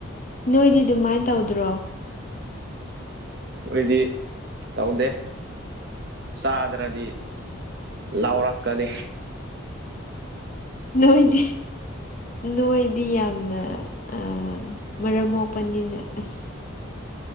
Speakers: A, on the left; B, on the right.
A: ꯅꯣꯏꯗꯤ ꯑꯗꯨꯃꯥꯏꯟ ꯇꯧꯗ꯭ꯔꯣ
B: ꯈꯣꯏꯗꯤ ꯇꯧꯗꯦ ꯆꯥꯗ꯭ꯔꯗꯤ ꯂꯥꯎꯔꯛꯀꯅꯤ
A: ꯅꯣꯏꯗꯤ ꯅꯣꯏꯗꯤ ꯌꯥꯝꯅ ꯑꯥ ꯃꯔꯝ ꯃꯣꯛꯄꯅꯤꯅ ꯑꯁ